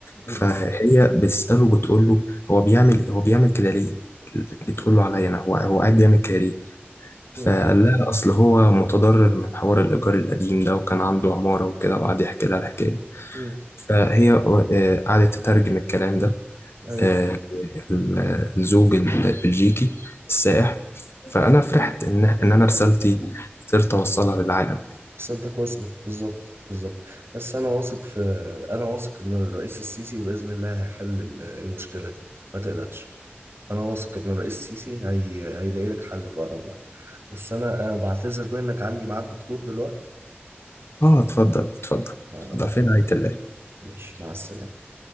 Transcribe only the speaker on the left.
فهي بتسأله بتقول له هو بيعمل هو بيعمل كده ليه بتقول له عليا انا هو هو قاعد بيعمل كده ليه فقال
لها اصل هو متضرر من حوار الايجار القديم ده وكان عنده عمارة وكده وقعد يحكي لها الحكاية
فهي آه، قعدت تترجم الكلام ده
آه، ال- الزوج البلجيكي السائح فأنا فرحت إن إن أنا رسالتي قدرت أوصلها للعالم
آه اتفضل اتفضل
اتفضل
فين عيلة